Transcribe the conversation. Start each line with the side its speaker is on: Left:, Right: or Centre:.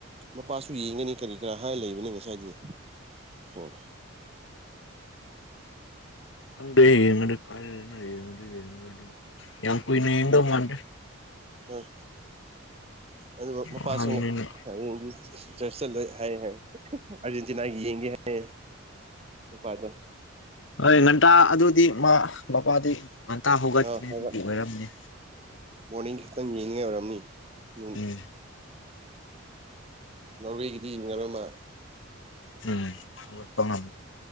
Right: ꯃꯄꯥꯁꯨ ꯌꯦꯡꯒꯅꯤ ꯀꯔꯤ ꯀꯔꯥ ꯍꯥꯏꯔ ꯂꯩꯕꯅꯦ ꯉꯁꯥꯏꯗꯤ ꯑꯣ
Left: ꯈꯡꯗꯦ ꯌꯦꯡꯉꯗꯤ <inaudible> ꯌꯥꯝ ꯀꯨꯏꯅ ꯌꯦꯡꯗꯧ ꯃꯥꯟꯗꯦ
Right: ꯍꯣꯏ ꯑꯗꯨꯒ ꯃꯄꯥꯁꯨ
Left: ꯑꯍꯟꯅꯤꯅ
Right: ꯍꯥꯌꯦꯡꯗꯤ ꯆ꯭ꯔꯁ ꯆꯠꯂꯣꯏ ꯍꯥꯏꯌꯦ ꯍꯥꯏ ꯑꯔꯖꯦꯟꯇꯤꯅꯥꯒꯤ ꯌꯦꯡꯒꯦ ꯍꯥꯏ ꯃꯄꯥꯥꯗꯣ
Left: ꯍꯣꯏ ꯉꯟꯇꯥ ꯑꯗꯨꯗꯤ ꯃꯥ ꯕꯄꯥꯗꯤ ꯉꯟꯇꯥ ꯍꯧꯒꯠꯀꯅꯤ
Right: ꯑꯥ ꯍꯧꯒꯠ
Left: ꯑꯗꯨꯒꯤ ꯑꯣꯏꯔꯝꯅꯦ
Right: ꯃꯣꯔꯅꯤꯡ ꯈꯤꯛꯇꯪ ꯌꯦꯡꯅꯤꯡꯉꯥꯏ ꯑꯣꯏꯔꯝꯅꯤ ꯅꯨꯡ
Left: ꯎꯝ
Right: ꯉꯎꯋꯦꯒꯤꯗꯤ ꯉꯔꯣꯏꯃ
Left: ꯎꯝ ꯍꯧꯒꯠꯄ ꯉꯝꯃꯣꯏ